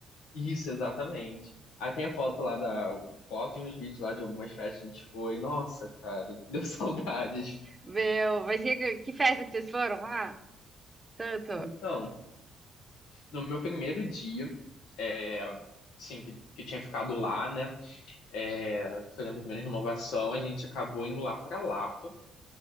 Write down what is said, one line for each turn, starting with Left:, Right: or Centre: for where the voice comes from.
Left: Isso, exatamente. Aí tem a foto lá da um foto e uns vídeos lá de algumas festas que a gente foi. Nossa, cara, deu <laughs> saudades.
Right: Meu, mas que, que festa que vocês foram lá? Tanto.
Left: Então, no meu primeiro dia, é, assim, que, que eu tinha ficado lá, né? é, que foi a minha primeira renovação, a gente acabou indo lá para Lapa.